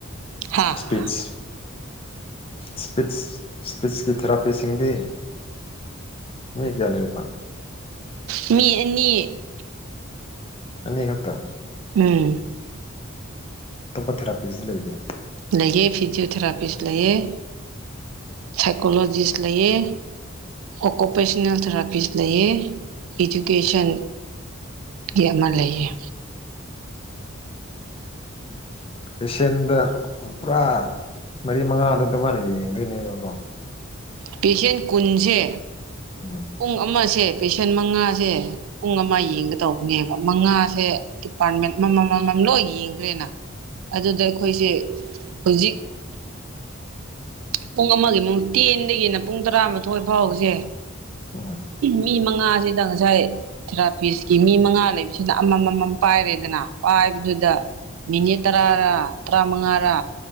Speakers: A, on the right; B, on the left.
A: ꯍꯥꯥ
B: ꯏꯁꯄꯤꯁ ꯁꯄꯤꯠꯁ ꯁꯄꯤꯠꯁꯀꯤ ꯊꯦꯔꯥꯄꯤꯁꯤꯡꯗꯤ ꯃꯤꯒꯌꯥ ꯂꯩꯕ
A: ꯃꯤ ꯑꯅꯤ
B: ꯑꯅꯤ ꯈꯛꯇ
A: ꯎꯝ
B: ꯑꯇꯣꯞꯄꯊꯦꯔꯥꯄꯤꯁꯤ ꯂꯩꯇꯦ
A: ꯂꯩꯑ ꯐꯤꯖꯤꯑꯣꯊꯦꯔꯥꯄꯤꯁ ꯂꯩꯑ ꯁꯥꯏꯀꯣꯂꯣꯖꯤꯁ ꯂꯩꯌꯦ ꯑꯣꯀꯨꯄꯦꯁꯟꯅꯜ ꯊꯦꯔꯥꯄꯤꯁ ꯂꯩꯌꯦ ꯏꯗꯨꯀꯦꯁꯟ ꯒꯤ ꯑꯃ ꯂꯩꯌꯦ
B: ꯄꯦꯁꯦꯟꯗ ꯄꯨꯔꯥ ꯃꯔꯤ ꯃꯉꯥꯗꯨ ꯑꯗꯨꯃꯥꯏꯅ ꯌꯦꯡꯗꯣꯏꯅꯦꯕꯀꯣ
A: ꯄꯦꯁꯦꯟ ꯀꯨꯟꯁꯦ
B: ꯎꯝ
A: ꯄꯨꯡ ꯑꯃꯁꯦ ꯄꯦꯁꯦꯟ ꯃꯉꯥꯁꯦ ꯄꯨꯡ ꯑꯃ ꯌꯦꯡꯒꯗꯧꯕꯅꯦꯕ ꯃꯉꯥꯁꯦ ꯗꯤꯄꯥꯔꯠꯃꯦꯟ ꯑꯃꯃꯝ ꯑꯃꯃꯝ ꯂꯣꯏ ꯌꯦꯡꯈ꯭ꯔꯦꯅ ꯑꯗꯨꯗ ꯑꯩꯈꯣꯏꯁꯦ ꯍꯧꯖꯤꯛ ꯄꯨꯡ ꯑꯃꯒꯤ ꯃ ꯇꯦꯟꯗꯒꯤꯅ ꯄꯨꯡ ꯇꯔꯥꯃꯥꯊꯣꯏ ꯐꯥꯎꯁꯦ
B: ꯎꯝ
A: ꯃꯤ ꯃꯉꯥꯁꯤꯗ ꯉꯁꯥꯏ ꯊꯦꯔꯥꯄꯤꯁꯀꯤ ꯃꯤ ꯃꯉꯥ ꯂꯩꯕꯁꯤꯅ ꯑꯃꯃꯝ ꯑꯃꯃꯝ ꯄꯥꯏꯔꯦꯗꯅ ꯄꯥꯏꯕꯗꯨꯗ ꯃꯤꯅꯤꯠ ꯇꯔꯥꯔꯥ ꯇꯔꯥꯃꯉꯥꯔꯥ